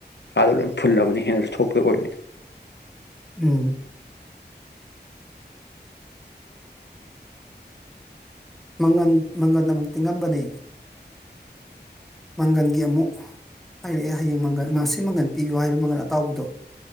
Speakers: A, on the left (about 75°); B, in the centre.
A: ꯀꯥꯗ ꯂꯣꯏꯅ ꯐꯨꯜꯂꯕꯅꯤ ꯍꯦꯟꯅꯁꯨ ꯊꯣꯛꯄ ꯑꯣꯏꯅꯤ
B: ꯎꯝ ꯃꯪꯒꯟ ꯃꯪꯒꯟ ꯑꯃꯨꯛ ꯇꯤꯡꯉꯝꯕꯅꯦ ꯃꯪꯒꯟꯒꯤ ꯑꯃꯨꯛ ꯍꯥꯏꯔꯛꯑꯦ ꯍꯌꯦꯡ ꯃꯪꯒꯟ ꯉꯁꯤ ꯃꯪꯒꯟ ꯄꯤꯕꯤꯌꯨ ꯍꯥꯏꯕ ꯃꯪꯒꯟ ꯑꯇꯥꯎꯕꯗꯣ